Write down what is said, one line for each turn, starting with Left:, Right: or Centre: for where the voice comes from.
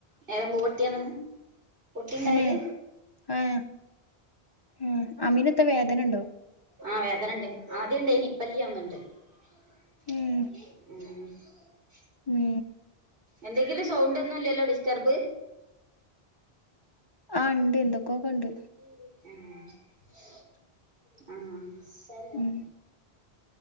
Right: ഞരമ്പ്‌ പൊട്ടിയാണെന്ന് പൊട്ടിണ്ടായത്
Left: തെന്നെ ആഹ് ഉം അമീനൊക്കെ വേദനണ്ട
Right: ആഹ് വേദനണ്ട് ആദ്യണ്ടായ്ന്ന് ഇപ്പല്യവന്നുണ്ട് <inaudible>
Left: ഉം ഉം
Right: എന്തെങ്കിലും സൗണ്ടെന്നുല്ല്യല്ലോ ഡിസ്റ്റ്ർബ്
Left: ആഹ് ണ്ട് ണ്ട് <unintelligible> ണ്ട്
Right: ആഹ് <unintelligible>
Left: ഉം